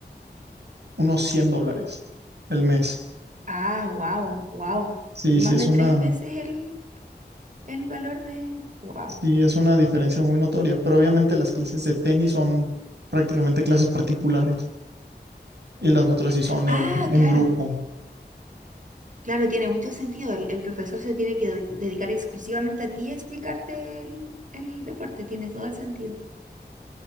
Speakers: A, on the right (about 70°); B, on the right (about 45°).
A: unos 100 dólares el mes.
B: Ah, wow, wow,
A: Sí,
B: más
A: sí es
B: de
A: una,
B: tres veces el, el valor de... Wow.
A: sí es una diferencia muy notoria, pero obviamente las clases de tenis son prácticamente clases particulares y las otras sí son
B: Ah,
A: en, en
B: claro,
A: grupo.
B: claro, tiene mucho sentido. El, el profesor se tiene que de- dedicar exclusivamente a ti a explicarte el, el deporte, tiene todo el sentido.